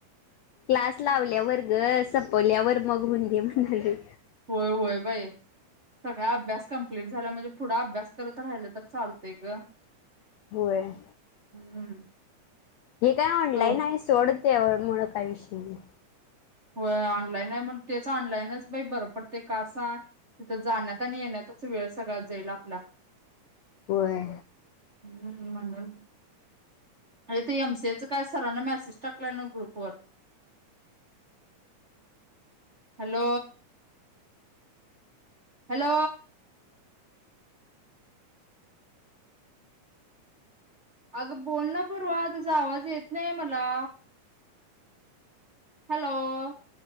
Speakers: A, on the left; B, on the right.
A: क्लास लावल्यावर ग सपवल्यावर मग होऊन दे म्हणालोय.
B: होय होय बाई. सगळा अभ्यास कंप्लीट झाला म्हणजे पुढं अभ्यास करत राहिलं तर चालतंय ग.
A: होय.
B: हम्म.
A: हे काय ऑनलाईन
B: तर
A: आहे सोड त्यामुळं काय विषय नाही.
B: होय ऑनलाईन आहे म्हणून तेच ऑनलाईनच बरं पडते का सांग, तिथं जाण्यात आणि येण्यात चं वेळ सगळा जाईल आपला.
A: होय.
B: म्हणून अरं ते एमसीएचं काय सरांना मेसेज टाकलंय ना ग्रुप वर. Hello, hello? अगं बोल ना पूर्वा तुझा आवाज येत नाहीये मला? हॅलो